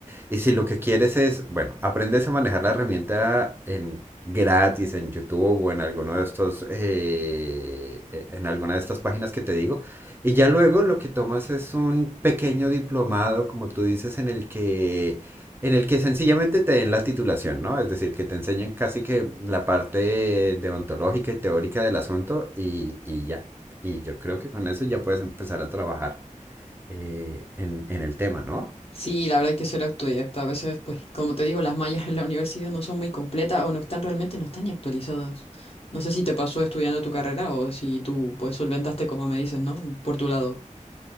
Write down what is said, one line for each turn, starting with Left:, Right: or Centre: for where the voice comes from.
Right: y si lo que quieres es, bueno, aprendes a manejar la herramienta en gratis en YouTube o en alguno de estos, eh, eh, en alguna de estas páginas que te digo, y ya luego lo que tomas es un pequeño diplomado, como tú dices, en el que en el que sencillamente te den la titulación, ¿no? Es decir, que te enseñen casi que la parte deontológica y teórica del asunto y, y ya. Y yo creo que con eso ya puedes empezar a trabajar eh, en, en el tema, ¿no?
Left: Sí, la verdad hay que ser autodidacta. A veces, pues, como te digo, las mallas en la universidad no son muy completas o no están realmente, no están ni actualizadas. No sé si te pasó estudiando tu carrera o si tú, pues, solventaste como me dices, ¿no? Por tu lado.